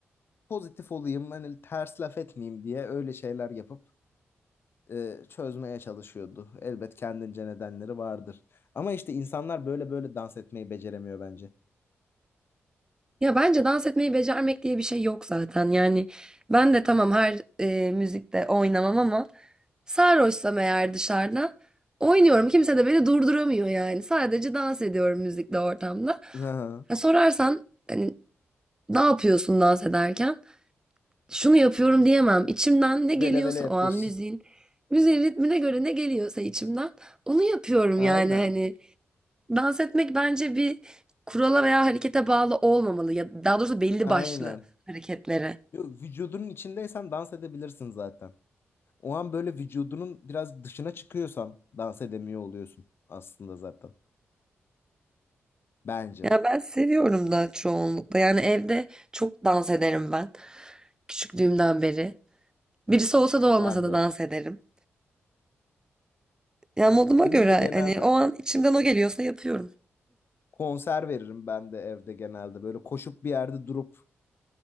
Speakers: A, on the left; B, on the right.
A: pozitif olayım hani ters laf etmeyeyim diye öyle şeyler yapıp e, çözmeye çalışıyordu. Elbet kendince nedenleri vardır. Ama işte insanlar böyle böyle dans etmeyi beceremiyor bence.
B: Ya bence dans etmeyi becermek diye bir şey yok zaten. Yani ben de tamam her e, müzikte oynamam ama sarhoşsam eğer dışarıda oynuyorum. Kimse de beni durduramıyor yani. Sadece dans ediyorum müzikle ortamda.
A: Aha.
B: Ya sorarsan hani ne yapıyorsun dans ederken? Şunu yapıyorum diyemem. İçimden ne
A: Vele
B: geliyorsa
A: vele yapıyorsun.
B: o an müziğin, müziğin ritmine göre ne geliyorsa içimden onu yapıyorum
A: Aynen.
B: yani hani. Dans etmek bence bir kurala veya harekete bağlı olmamalı ya daha doğrusu belli
A: Aynen.
B: başlı hareketlere.
A: Yo, vücudunun içindeysen dans edebilirsin zaten. O an böyle vücudunun biraz dışına çıkıyorsan dans edemiyor oluyorsun aslında zaten. Bence.
B: Ya ben seviyorum da çoğunlukla. Yani evde çok dans ederim ben küçüklüğümden beri. Birisi olsa da
A: Ben
B: olmasa da
A: de.
B: dans ederim. Ya moduma
A: Benim
B: göre
A: de genelde
B: hani o an içimden o geliyorsa yapıyorum.
A: konser veririm ben de evde genelde. Böyle koşup bir yerde durup